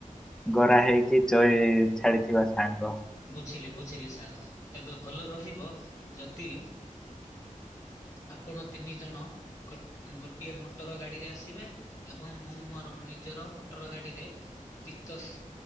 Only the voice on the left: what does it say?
ବୁଝିଲି ବୁଝିଲି ସାର୍ ତେବେ ଭଲ ରହିବ ଯଦି। ଆପଣ ତିନି ଜଣ ଗୋଟିଏ ମୋଟର ଗାଡିରେ ଆସିବେ। ଏବଂ ମୁଁ ମୋର ନିଜର ମୋଟର ଗାଡିରେ ତୀତ।